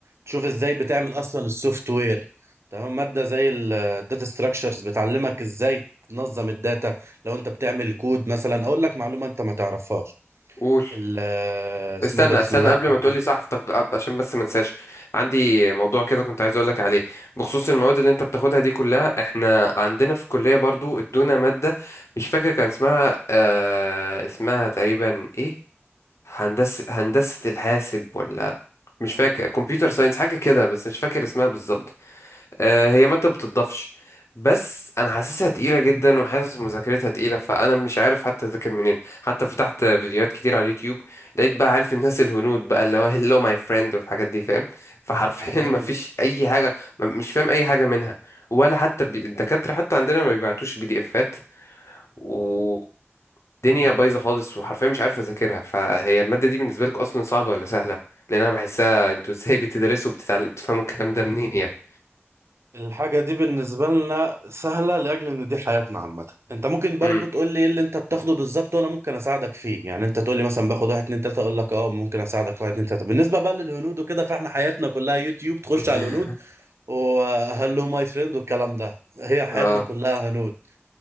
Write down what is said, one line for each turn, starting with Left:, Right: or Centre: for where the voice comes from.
Right: تشوف ازاي بتعمل اصلا السوفت وير تمام مادة زي الداتا ستراكشرز بتعلمك ازاي تنظم الداتا لو انت بتعمل كود مثلا اقول لك معلومة انت ما تعرفهاش
Left: قول
Right: ال- اسمه
Left: استنى
Right: إيه ده بسم
Left: استنى
Right: الله
Left: قبل
Right: الرحمن
Left: ما تقولي صح افتكرت- عشان بس ما انساش عندي موضوع كده كنت عايز اقولك عليه بخصوص المواد اللي انت بتاخدها دي كلها احنا عندنا في الكلية برضو ادونا مادة مش فاكر كان اسمها آه اسمها تقريبا ايه هندسة هندسة الحاسب ولا مش فاكر كمبيوتر ساينس حاجة كده بس مش فاكر اسمها بالظبط
Right: الرحيم
Left: آه، هي مادة بتضافش بس انا حاسسها تقيلة جدا وحاسس مذاكرتها تقيلة فانا مش عارف حتى اذاكر منين حتى فتحت فيديوهات كتير على اليوتيوب لقيت بقى عارف الناس الهنود بقى اللي هو هلو ماي فريند والحاجات دي فاهم فحرفيا
Right: عندنا
Left: <laughs> ما فيش اي حاجة ما- مش فاهم اي حاجة منها ولا حتى بي- الدكاترة حتى عندنا ما بيبعتوش بي دي افات والدنيا بايظة خالص وحرفيا مش عارف اذاكرها فهي المادة دي بالنسبة لك اصلا صعبة ولا سهلة لان انا بحسها انتوا ازاي بتدرسوا وبتتعلموا بتفهموا الكلام ده منين يعني
Right: الحاجة دي بالنسبة لنا سهلة لأجل إن دي حياتنا عامة أنت ممكن برضو
Left: امم
Right: تقول لي إيه اللي أنت بتاخده بالظبط وأنا ممكن أساعدك فيه يعني أنت تقول لي مثلا باخد واحد اتنين تلاتة أقول لك أه ممكن أساعدك في واحد اتنين تلاتة بالنسبة بقى للهنود وكده فإحنا حياتنا كلها يوتيوب تخش
Left: <laughs>
Right: على الهنود وهلو ماي فريند والكلام ده هي حياتنا
Left: اه
Right: كلها هنود